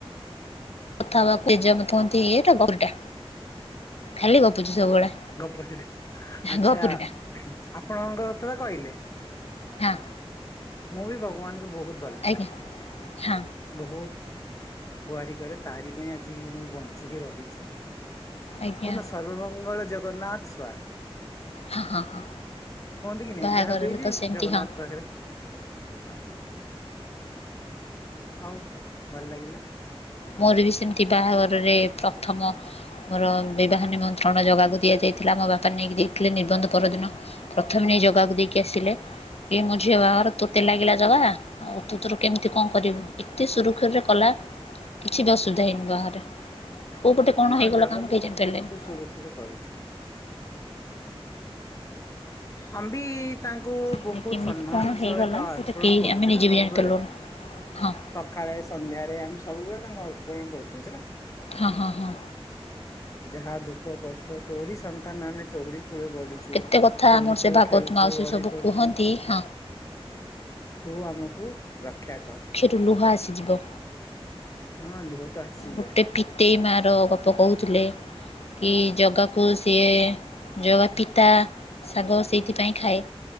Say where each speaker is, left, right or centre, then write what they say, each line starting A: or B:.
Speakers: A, on the left; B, on the left.
A: କଥା ବାପ ଏ ଯ କୁଅନ୍ତି ଇଏ ଗପୁରି ଟା ଖାଲି ଗପୁଛି ସବୁବେଳେ।
B: ଗୋପୁରିଟେ ଆଚ୍ଛା
A: ଗପୁରୀଟା
B: ଆପଣଙ୍କ ତ କହିଲେ।
A: ହଁ
B: ମୁଁ ବି ଭଗବାନଙ୍କୁ ବହୁତ ଭଲ
A: ଆଜ୍ଞା
B: ପାଏ।
A: ହଁ।
B: ବହୁତ ଗୁହାରି କରେ ତାହାରି ପାଇଁ ଆଜି ମୁଁ ବଞ୍ଚିକି ରହିଛି।
A: ଆଜ୍ଞା
B: କୁହନ୍ ନା ସର୍ବମଙ୍ଗଳ ଜଗନ୍ନାଥ ସ୍ୱାମ୍
A: ହଁ ହଁ ହଁ
B: କୁହନ୍ତି କି ନାଇଁ
A: ବାହାଘରରେ
B: ଯାହା ବି ହେଇଛି
A: ତ ସେମିତି
B: ଜଗନ୍ନାଥ
A: ହଁ
B: ପାଖରେ। ହଁ। ହଉ ଭଲ ଲାଗିଲା।
A: ମୋର ବି ସେମିତି ବାହାଘରରେ ପ୍ରଥମ ମୋର ବିବାହ ନିମନ୍ତ୍ରଣ ଜଗାକୁ ଦିଆଯାଇଥିଲା ମୋ ବାପା ନେଇକି ଦେଇଥିଲେ ନିର୍ବନ୍ଧ ପରଦିନ। ପ୍ରଥମେ ନେଇ ଜଗାକୁ ଦେଇକି ଆସିଲେ ଏ ମ ଝିଅ ବାହାଘର ତୋତେ ଲାଗିଲା ଜଗା ଆଉ ତୁ ତୋର କେମିତି କଣ କରିବୁ ଏତେ ସୁରୁଖୁରୁରେ କଲା କିଛି ବି ଅସୁବିଧା ହେଇନି ବାହଘରେ କୋଉ ପଟେ
B: ହଁ
A: କଣ ହେଇଗଲା
B: ଜଗା
A: କାମ
B: ତ
A: କେହି
B: ସବୁ
A: ଜାଣି ପାରିଲେନି।
B: ଜିନିଷ ସୁରୁଖୁରୁରେ କରୁଛି। ଆମ୍ ବି ତାଙ୍କୁ
A: ମାନେ
B: ବହୁତ
A: କେମିତି
B: ସମ୍ମାନ
A: କଣ ହେଇଗଲା
B: ସହିତ ଅର୍ପଣ
A: ସେଇଟା କେହି
B: କରୁଛି
A: ଆମେ ନିଜେ
B: ନା ସବୁବେଳେ।
A: ବି ଜାଣିପାରିଲୁନୁ ହଁ
B: ସକାଳେ ସନ୍ଧ୍ୟାରେ ଆମେ ସବୁବେଳେ ତାଙ୍କୁ ଅକଳଣ କରୁ ଚେ ନା।
A: ହଁ ହଁ ହଁ।
B: ଯାହା ଦୁଃଖ କଷ୍ଟ ତୋରି ସନ୍ତାନ ଆମେ ତୋରି କୂଳେ ବଢୁ ଚୁ
A: କେତେ କଥା
B: ତୋଳି
A: ଆମର ସେ
B: ଖେଳ
A: ଭାଗବତ
B: ଖେଳୁଛୁ
A: ମାଉସୀ
B: ଅଳି
A: ସବୁ
B: କରୁଛୁ।
A: କୁହନ୍ତି ହଁ
B: ତୁ ଆମକୁ ରକ୍ଷା କର।
A: ତୁ ଲୁହ ଆସି ଯିବ।
B: ହଁ ଲୁହ ତ ଆସିଯାଏ।
A: ଗୋଟେ ପିତେଇ ମା ର ଗପ କହୁଥିଲେ। କି ଜଗାକୁ ସିଏ ଜଗା ପିତା ଶାଗ ସେଇଥିପାଇଁ ଖାଏ।